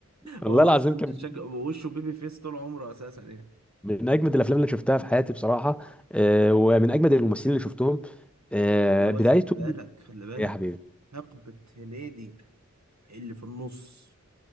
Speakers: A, in the centre; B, on the right (about 65°).
A: والله
B: هو
A: العظيم
B: اصلا
A: كان
B: شكله وشه بيبي فيس طول عمره اساسا يعني
A: من اجمد الافلام اللي شفتها في حياتي بصراحه آه، ومن اجمد الممثلين اللي شفتهم آه،
B: لا بس
A: بدايته
B: خلي بالك خلي بالك
A: يا حبيبي
B: حقبة هنيدي اللي في النص